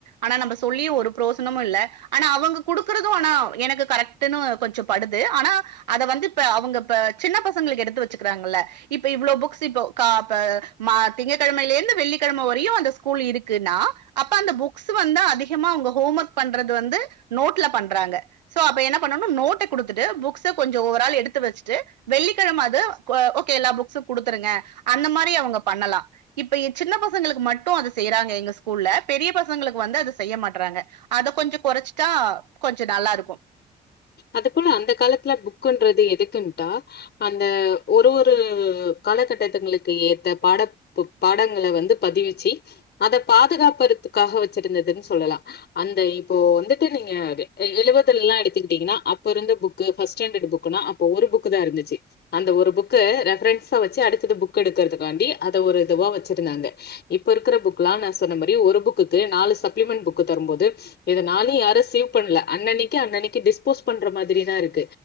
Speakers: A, on the right; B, on the left.
A: ஆனா நம்ம சொல்லி ஒரு ப்ரோசனமு இல்ல ஆனா அவுங்க குடுக்குறது ஆனா எனக்கு கரெக்டுனு கொஞ்சம் படுது ஆனா அத வந்து இப்ப அவுங்க ப சின்ன பசங்களுக்கு எடுத்து வச்சுகிறாங்கல இப்ப இவ்ளோ புக்ஸ் இப்போ க ப மா திங்ககெழமைலேந்து வெள்ளிக்கெழம வரையு அந்த ஸ்கூல் இருக்குனா அப்ப அந்த புக்ஸ் வந்து அதிகமா அவுங்க ஹோம் ஒர்க் பண்றது வந்து நோட்ல பண்றாங்க சோ அப்ப என்ன பண்ணணு நோட்ட கொடுத்துட்டு புக்ஸ் து கொஞ்ச ஓர் ஆள் எடுத்து வச்சுட்டு வெள்ளிக்கெழம அது ஓகே எல்லா புக்ஸும் குடுத்துருங்க அந்த மாரி அவுங்க பண்ணலா இப்ப சின்ன பசங்களுக்கு மட்டு அத செய்யறாங்க எங்க ஸ்கூல்ல பெரிய பசங்களுக்கு வந்து அத செய்ய மாட்றாங்க அத கொஞ்ச‌ கொறச்சிட்டா கொஞ்ச நல்லா இருக்கும்
B: அது போல அந்த காலத்துல புக்குன்றது எதுக்குன்ட்டா அந்த ஒரு ஒரு காலகட்டத்துங்களுக்கு ஏத்த பாட பாடங்கள வந்து பதிவிச்சு அத பாதுகாப்பறதுக்காக வச்சிருந்ததுன் சொல்லலா அந்த இப்போ வந்துட்டு நீங்க எழுவதல்லா எடுத்துக்கிட்டீங்னா அப்போ இருந்த புக்கு ஃபஸ்ட் ஸ்டாண்டர்ட் புக்குனா அப்ப ஒரு புக்கு தா இருந்துச்சு அந்த ஒரு புக்க ரெஃபரன்ஸா வச்சு அடுத்தது புக் எடுக்கிறதுக்காண்டி அத ஒரு இதுவா வச்சிருந்தாங்க இப்ப இருக்கிற புக்லா நா சொன்ன மாரி ஒரு புக்குக்கு நாலு சப்ளிமெண்ட் புக்கு தரும் போது இத நாலு யாரும் சேவ் பண்ல அன்னனைக்கிஅனனைக்கு டிஸ் போஸ் பண்ற மாதிரி தா இருக்கு